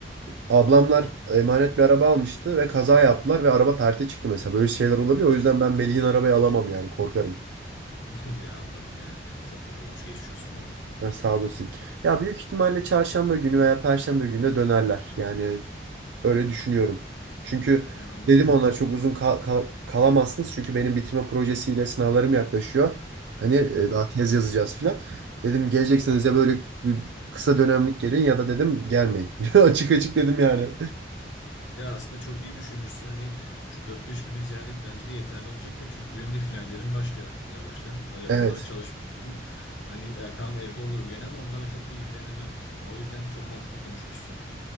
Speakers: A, on the right; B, on the left.
A: Ablamlar emanet bir araba almıştı ve kaza yaptılar ve araba perte çıktı mesela. Böyle şeyler olabiliyor. O yüzden ben Melih'in arabayı alamam yani korkarım.
B: <laughs> Ya anladım ya. Çok kötü olmuş. Geçmiş olsun orada.
A: Ha, sağ olasın. Ya büyük ihtimalle çarşamba günü veya perşembe günü de dönerler. Yani Öyle düşünüyorum. Çünkü
B: anladım.
A: dedim onlar çok uzun kal- kal- kalamazsınız. Çünkü benim bitirme projesiyle sınavlarım yaklaşıyor. Hani e,
B: Evet.
A: daha tez yazacağız filan. Dedim gelecekseniz
B: Hı hı.
A: ya böyle bir kısa dönemlik gelin ya da dedim gelmeyin. <laughs> Açık açık dedim yani.
B: Ya aslında çok iyi düşünmüşsün. Hani şu dört beş günlük ziyaret bence de yeterli olacaktır. Çünkü benim de finallerim başlıyor artık yavaştan. Ee,
A: Evet.
B: Onlara çalışmıyorum. Hani e, tamam evde olurum gene ama onlarla çok da ilgilenemem. Ya, o yüzden çok mantıklı konuşmuşsun.